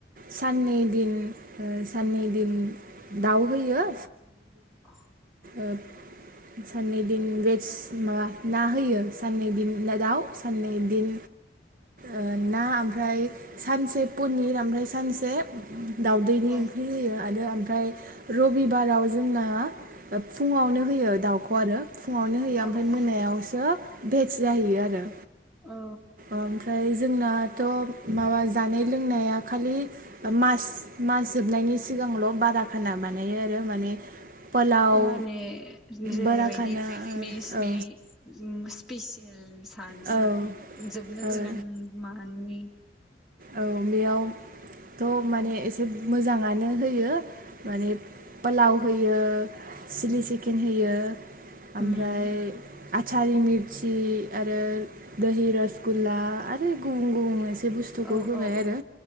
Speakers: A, on the right; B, in the centre.
A: साननै दिन ओ साननै दिन दाउ होयो
B: <unintelligible>
A: औ साननै दिन भेज माबा ना होयो साननै दिन ना दाउ साननै दिन
B: <unintelligible>
A: ओ ना ओमफ्राय सानसे पनिर ओमफ्राय सानसे दाउदैनि
B: औ
A: ओंख्रि होयो आरो ओमफ्राय रबिबाराव जोंना फुङावनो होयो दाउखौ आरो फुङावनो होयो
B: औ
A: ओमफ्राय
B: औ
A: मोनायावसो भेज जाहैयो आरो
B: औ
A: ओमफ्राय जोंनाथ' माबा जानाय लोंनाया खालि मास मास जोबनायनि सिगांल' बारा खाना बानायो आरो माने पोलाव
B: माने जेरैबायदि
A: बारा खाना
B: मेसनि
A: औ
B: स्पेसिल सान
A: औ
B: जोबनो
A: औ
B: गोनां माननि
A: औ बेयावथ' माने
B: औ
A: एसे मोजाङानो होयो माने पोलाव होयो सिलि चिकेन होयो ओमफ्राय
B: उम
A: आचारि मिरचि आरो दोहि रसगुल्ला आरो गुबुन-गुबुन एसे बुस्थुखौ
B: औ
A: होबाय
B: औ औ
A: आरो